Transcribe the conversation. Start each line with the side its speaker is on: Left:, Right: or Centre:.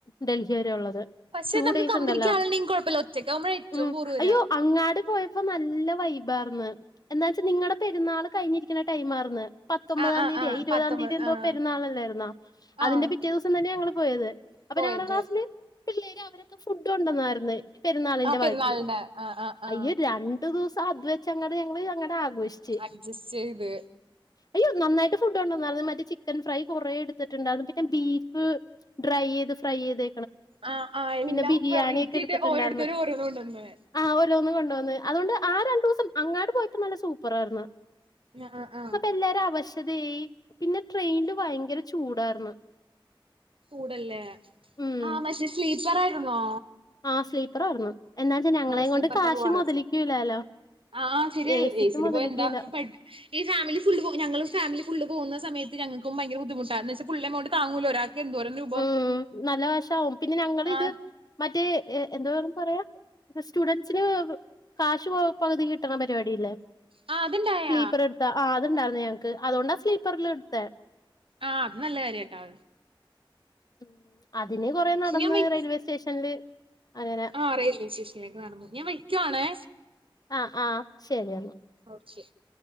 Left: ഡൽഹി വരെ ഒള്ളത്
Right: പക്ഷെ
Left: ടു
Right: നമുക്ക്
Left: ഡേയ്സ്
Right: കമ്പനിക്ക്
Left: ഉണ്ടല്ലോ
Right: ആളുണ്ടെങ്കിൽ കുഴപ്പമില്ല ഒറ്റക്കാവുമ്പോഴാ ഏറ്റവും
Left: ഉം
Right: ബോറ് വരാ
Left: അയ്യോ അങ്ങാട് പോയ ഇപ്പ നല്ല വൈബാർന്ന് എന്താച്ചാ നിങ്ങടെ പെരുന്നാൾ കയ്ഞ്ഞിരിക്കണ ടൈം ആർന്ന് പത്തൊമ്പതാം
Right: ആഹ് ആഹ്
Left: തീയതിയ
Right: ആഹ്
Left: ഇരുപതാം
Right: പത്തൊമ്പത്
Left: തീയതി എന്തോ
Right: ആഹ്
Left: പെരുന്നാളല്ലാർന്നോ അതിന്റെ
Right: ആഹ്
Left: പിറ്റേ ദിവസം തന്നെയ ഞങ്ങൾ പോയത് അപ്പൊ
Right: പോയത്
Left: ഞങ്ങടെ ക്ലാസ്സില് പിള്ളേര് അവരൊക്കെ ഫുഡോണ്ടന്നാർന്ന് പെരുന്നാളിന്റെ
Right: ആ പെരുന്നാളിന്റെ
Left: ബാക്കി
Right: ആഹ് ആഹ് ആഹ്
Left: അയ്യോ രണ്ടു ദിവസം അത് വെച്ചങ്ങട് ഞങ്ങള് അങ്ങടെ ആഘോഷിച്
Right: അഡ്ജസ്റ്റ് ചെയ്ത്
Left: അയ്യോ നന്നായിട്ട് ഫുഡ് കൊണ്ടന്നാർന്ന് മറ്റേ ചിക്കൻ ഫ്രൈ കുറെേ എടുത്തിട്ട്ണ്ടാർന്ന് പിന്നെ ബീഫ് ഡ്രൈയ്യീത് ഫ്രൈയ്യീത്
Right: ആഹ് ആഹ് എല്ലാം
Left: പിന്നെ ബിരിയാണിക്കെ
Right: വെറൈറ്റി ആയിട്ട്
Left: ട്ത്തിട്ട്
Right: ഓരോരുത്തരും
Left: ണ്ടാർന്ന്
Right: ഓരോന്ന് കൊണ്ടന്ന്
Left: ആഹ് ഓരോന്ന് കൊണ്ട് വന്ന് അത് കൊണ്ട് ആ രണ്ടുസം അങ്ങാട്ട് പോയപ്പോ നല്ല സൂപ്പറാർന്ന്
Right: ഞാ ആഹ് ആഹ്
Left: എല്ലാര് അവശതയായി പിന്നെ ട്രെയിനിൽ ഭയങ്കര ചൂടാരുന്ന്
Right: ചൂടല്ലേ
Left: ഉം
Right: ആഹ് മക്ഷേ സ്ലീപ്പറായിരുന്നോ
Left: ആഹ് സ്ലീപ്പറാർന്ന് എന്നാച്ചാ ഞങ്ങളെ
Right: സ്ലീപ്പറിലാ
Left: കൊണ്ട് കാശേ
Right: പോവാറ്
Left: മുതലിക്കൂല്ലല്ലോ
Right: ആഹ് ശരിയാ
Left: എ സി
Right: ഏസില്
Left: ക്ക് മൊതലിക്കൂല
Right: പോയ എന്താ പെട് ഈ ഫാമിലി ഫുള്ള് പോ ഞങ്ങളും ഫാമിലി ഫുള് പോവുന്ന സമയ ഞങ്ങക്കും ഭയങ്ക ബുധിമുട്ടാന്ന് എന്താച്ചാ ഫുള്ള് എമൗണ്ട് അങ്ങോട്ട് താങ്ങൂല ഒരാ എന്തോ ഗ്രൂ
Left: ഉം നല്ല കാശ് ആവും പിന്നെ ഞങ്ങളിത്
Right: ആഹ്
Left: മറ്റേ എന്ത വെന്ന് പറയാ സ്റ്റുഡന്റ്സിന് കാശ് പകുതി കിട്ടണ പരിപാടില്ലേ
Right: ആഹ് അത്ണ്ടായാ
Left: സ്ലീപ്പർ എടുത്ത ആതുണ്ടാർന്ന് ഞങ്ങക്ക് അതുകൊണ്ടാ സ്ലീപ്പറിൽടുത്തെ
Right: ആഹ് ത് നല്ല കാര്യാട്ടാ
Left: ഉം അതിന് കൊറെ നടന്ന്
Right: ഞാൻ വയ്
Left: റെയിൽവേ സ്റ്റേഷനില് അങ്ങനെ
Right: ആഹ് റെയിൽവേ സ്റ്റേഷനിലേക്ക് നടന്നു ഞാൻ വെക്കുവാണേ
Left: ആഹ് ആഹ് ശരി എന്ന
Right: ഓക്കെ